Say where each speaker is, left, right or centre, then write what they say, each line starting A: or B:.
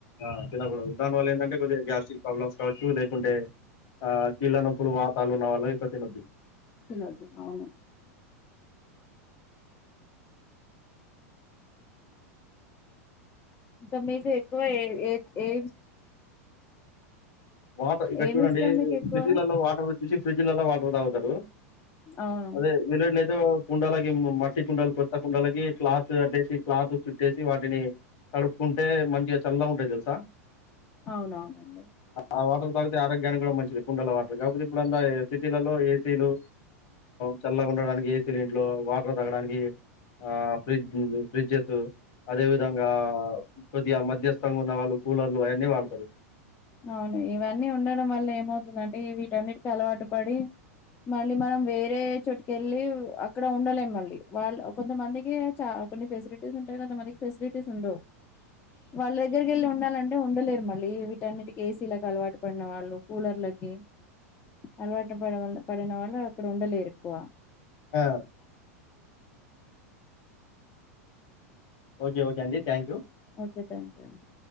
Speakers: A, on the left; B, on the left.
A: ఆ తినకడదు దానీవల్ల ఏంటంటే కొద్దిగ గ్యాస్ స్టిక్ ప్రాబ్లమ్స్ కావచ్చు లేకుంటే ఆ కీళ్ళ నొప్పులు వాతళ ఉన్న వాళ్ళ ఇక తినద్దు
B: తీన్నదు అవును ఇంకా మీకు ఎక్కువ ఏ ఏ
A: వాటర్ ఇక్క
B: ఏమి
A: చూడండి
B: ఇష్టం మీకు ఎక్కువ
A: సిటీలలో వాటర్ వ చూసి ఫ్రిడ్జ్ లలా వాటర్ తాగుతారు
B: అవును
A: అదే విలుడ్లతే కుండలకి మట్టి కుండలు కొత్త కుండలకి క్లాత్ అట్టేసి క్లాత్ చుట్టేసి వాటిని తడుపుకుంటే మంచిగా చల్లగ ఉంటాయి తెలుసా
B: అవునవునండి
A: ఆ వాటర్ తాగితే ఆరోగ్యానికి కూడా మంచిది కుండల వాటర్ కాకపోతే ఇప్పుడుంత సిటీలలో ఏసీలు చల్లగా ఉండడానికి ఏసీలు ఇంట్లో వాటర్ తాగడానికి ఆ ఫ్రిజ ఫ్రిడ్జెస్ అదే విధంగా కొద్దిగా మధ్యస్థంగా ఉన్న వాళ్ళు కూలర్లు అవన్నీ వాడతారు
B: అవును ఇవన్నీ ఉండడం వల్ల ఏమవుతుంది అంటే ఈ వీటన్నిటికిీ అలవాటు పడి మళ్ళీ మనం వేరే చోటుకి వెళ్ళి అక్కడ ఉండలేం మళ్ళీ వాళ్ళ కొంతమందికి చ కొన్ని ఫెసిలిటీస్ ఉంటాయి కొంతమందికి ఫెసిలిటీస్ ఉండవు వాళ్ళ దగ్గరికి వెళ్ళి ఉండాలంటే ఉండలేరు మళ్ళీ వీటన్నిటికి ఏసీలకు అలవాటు పడిన వాళ్ళు కూలర్లకి అలవాటు పడ పడిన వాళ్ళు అక్కడ ఉండలేరు ఎక్కువ
A: ఆ ఒకే ఒకే అండి thank you
B: okay thank you అండి